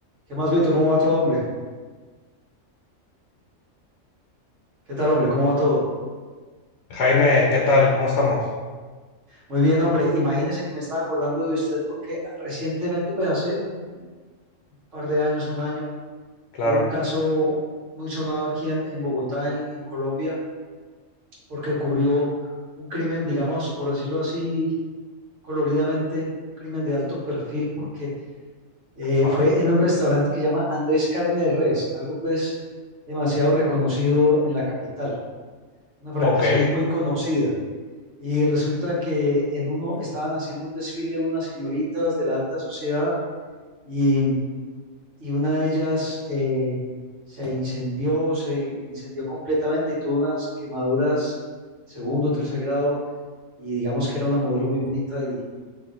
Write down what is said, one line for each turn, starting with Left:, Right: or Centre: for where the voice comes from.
Right: ¿Qué más, Vito? ¿Cómo va todo, hombre? ¿Qué tal, hombre? ¿Cómo va todo?
Left: Jaime, ¿qué tal? ¿Cómo estamos?
Right: Muy bien, hombre. Imagínese que me estaba acordando de usted porque recientemente, pues hace un par de años, un año,
Left: Claro.
Right: hubo un caso muy sonado aquí en, en Bogotá, en, en Colombia, porque ocurrió un crimen, digamos, por decirlo así, coloridamente, crimen de alto perfil, porque eh,
Left: Ah,
Right: fue en un restaurante que llama Andrés Carne de Res, algo pues demasiado reconocido en la capital, una franquicia
Left: ok,
Right: muy conocida. Y resulta que en uno estaban haciendo un desfile unas señoritas de la alta sociedad y, y una de ellas eh, se incendió, se incendió completamente y tuvo unas quemaduras de segundo, tercer grado y digamos que era una modelo muy bonita y,